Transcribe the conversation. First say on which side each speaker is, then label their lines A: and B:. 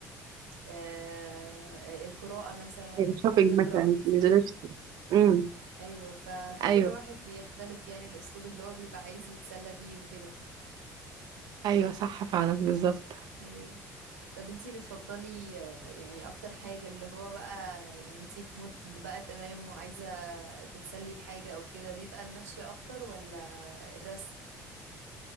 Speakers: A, on the right (about 80°); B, on the right (about 55°).
A: آه، القراءة مثلا
B: أيوة
A: تحب
B: شوبينج
A: تقرأ
B: مثلا
A: كتير
B: نزلت امم
A: أيوة ف... فكل
B: ايوه
A: واحد بيختلف يعني الأسلوب اللي هو بيبقى عايز يتسلى بيه وكده
B: ايوه صح فعلا بالظبط
A: أيوة طب انتي بتفضلي آه، يعني أكتر حاجة اللي هو بقى يعني انتي في مود بقى تمام وعايزة تتسلي بحاجة أو كده بيبقى المشي أكتر ولا الرسم